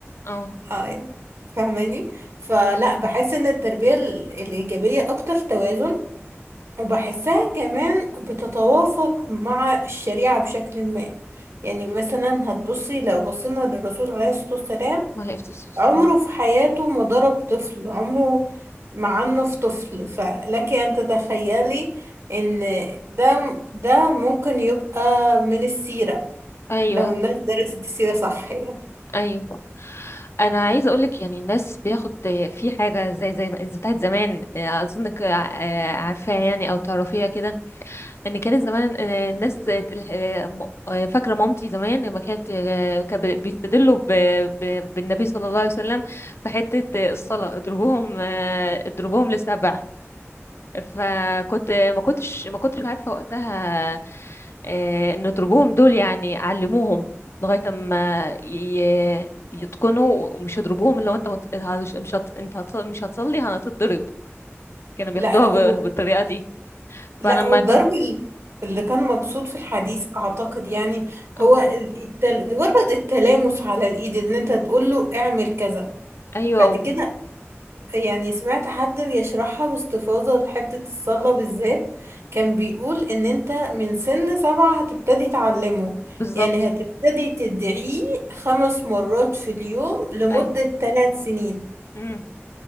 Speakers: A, on the left; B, on the right.
A: اه
B: اه فاهماني فلا بحس ان التربيه ال- الايجابيه اكتر توازن وبحسها كمان بتتوافق مع الشريعه بشكل ما يعني مثلا هتبصي لو بصينا للرسول عليه الصلاه والسلام
A: وعلى السلام
B: عمره في حياته ما ضرب طفل عمره ما عنف طفل فلك أن تتخيلي إن ده ده ممكن يبقى من السيرة
A: ايوه
B: لو الناس درست السيرة صح يعني
A: ايوه انا عايزه اقولك يعني الناس بياخد في حاجه زي زي ما بتاعت زمان آه، اظنك آه، عارفاها يعني او تعرفيها كده ان كانت زمان آه، الناس ت- آه، م- آه، فاكره مامتي زمان لما كانت آه، كان بي- بيستدلوا ب- ب- بالنبي صلى الله عليه وسلم في حته آه، الصلاه اضربوهم آه، اضربوهم لسبع فكنت ما كنتش ما كنتش عارفه وقتها آه، نضربوهم دول يعني علموهم لغاية ما ي- يتقنوا ومش يضربوهم لو انت مت- هت- مش هت... انت هت... مش هتصلي هتتضرب كانوا بياخدوها
B: لا لا و...
A: ب... بالطريقة دي فانا
B: لا
A: لما
B: والضرب
A: جو...
B: ال- اللي كان مقصود في الحديث أعتقد يعني
A: اه.
B: هو ال- التل... مجرد التلامس على الإيد إن أنت تقول له اعمل كذا
A: ايوه
B: بعد كده يعني سمعت حد بيشرحها باستفاضة لحتة الصلاة بالذات كان بيقول ان انت من سن سبعة هتبتدي تعلمه
A: بالظبط
B: يعني هتبتدي تدعيه خمس مرات في اليوم لمدة
A: ايوه
B: ثلاث سنين
A: امم